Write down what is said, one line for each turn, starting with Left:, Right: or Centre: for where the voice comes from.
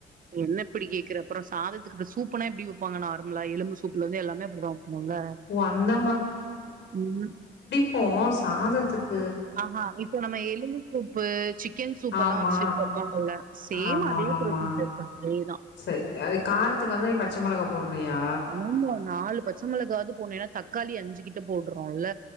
Right: என்ன இப்பிடி கேக்குற அப்புற சாதத்துக்கு இப்ப சூப்புனா எப்படி வெப்பாங்க நார் <unintelligible> எலும்பு சூப்புல இருந்து எல்லாமே அப்படி தான் வைப்போம்யில
Left: ஓ அந்த
Right: ம்
Left: ப்போ சாதத்துக்கு
Right: ஆஹஹா இப்ப நம் எலும்பு சூப் பு சிக் சிக்கன் சூப்ப எல்லாம்
Left: ஆமா
Right: வச்சு கொடுப்பாங்கள சேம்
Left: ஆமா
Right: அதே
Left: ஆமா
Right: ப்ரொசீஜர் தான். அதே தான்
Left: சரி அது காரத்துக்கு வந்து நீ பச்ச மொளகா போடுறியா
Right: ஆமா நாலு பச்சை மொளகாவது ன்னா தக்காளி அஞ்சுகிட்டு போட்றோல்ல